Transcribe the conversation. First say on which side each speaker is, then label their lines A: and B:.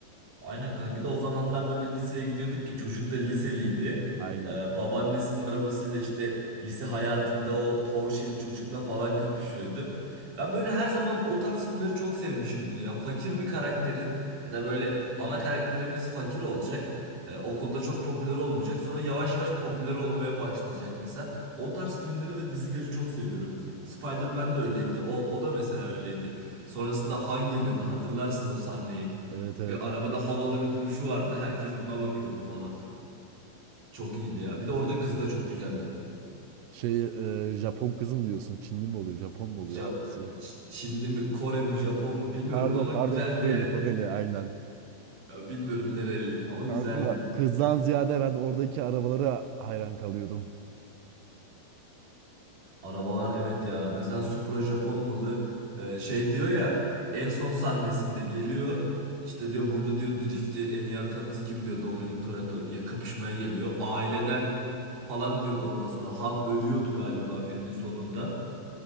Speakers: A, on the right (about 45°); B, on the right (about 80°).
A: Aynen kanka bir de o zamanlar böyle liseye gidiyorduk ki çocuk da liseliydi.
B: Aynen.
A: Ee, babaannesinin arabasıyla işte lise hayatında o Porsche'li çocukla falan kapışıyordu. Ben böyle her zaman o tarz filmleri çok sevmişimdir ya. Fakir bir karakterin ya da böyle ana karakterimiz fakir olacak. Ee, okulda çok popüler olmayacak. Sonra yavaş yavaş popüler olmaya başlayacak mesela. O tarz filmleri ve dizileri çok seviyorum. Spider-Man de öyleydi. O, o da mesela öyleydi. Sonrasında Han geliyordu. Hatırlarsın o sahneyi.
B: Evet evet.
A: Ya arabada havalı bir duruşu vardı. Herkes buna bakıyordu falan. Çok iyiydi ya. Bir de orada kız da çok güzeldi.
B: Şey e, Japon kızım diyorsun. Çinli mi oluyor? Japon mu oluyor?
A: Ja
B: Hangisi?
A: Ç- Çinli mi, Kore mi, Japon mu bilmiyorum
B: Pardon
A: ama
B: pardon
A: güzeldi
B: Koreli
A: yani.
B: Koreli aynen.
A: Ya bilmiyorum nereli ama güzeldi.
B: Kanka kızdan ziyade ben oradaki arabalara hayran kalıyordum.
A: Arabalar evet ya. Mesela Supra Japon malı Ee, şey diyor ya en son sahnesinde geliyor. İşte diyor burada diyor drift'i en iyi atanınız kim diyor Dominic Toretto ya kapışmaya geliyor. Aileden falan diyordu ondan sonra. Han ölüyordu galiba filmin sonunda.